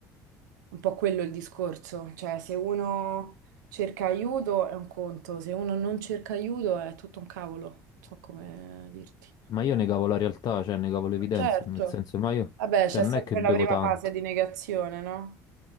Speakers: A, on the right (about 80°); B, on the left (about 45°).
A: un po' quello è il discorso. Cioè, se uno cerca aiuto è un conto, se uno non cerca aiuto è tutto un cavolo. So come dirti.
B: ma io negavo la realtà, cioè negavo le evidenze,
A: Certo.
B: nel senso, ma io,
A: Vabbè,
B: cioè
A: c'è
B: non
A: sempre
B: è che bevo
A: la prima
B: tanto.
A: fase di negazione, no?